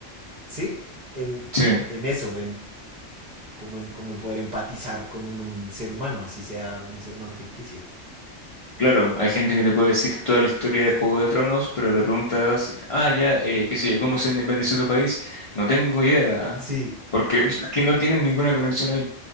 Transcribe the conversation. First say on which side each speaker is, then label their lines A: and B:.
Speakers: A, on the right; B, on the left.
A: ¿sí? En,
B: sí.
A: en eso, en como, en como en poder empatizar con un, un ser humano, así sea un ser humano ficticio.
B: Claro, hay gente que te puede decir toda la historia de Juego de Tronos, pero le preguntas, ah, ya, eh, qué sé yo, ¿cómo se independizó tu país? No tengo idea,
A: Sí,
B: porque <laughs> que no tienen ninguna conexión ahí.